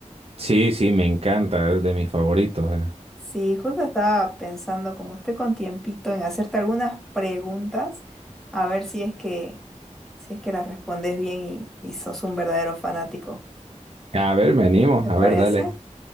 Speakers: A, on the right; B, in the centre.
A: Sí, sí, me encanta, es de mis favoritos. eh.
B: Sí, justo estaba pensando, como estoy con tiempito, en hacerte algunas preguntas, a ver si es que, si es que las respondes bien y, y sos un verdadero fanático.
A: A ver, me animo,
B: ¿Te
A: a
B: parece?
A: ver, dale.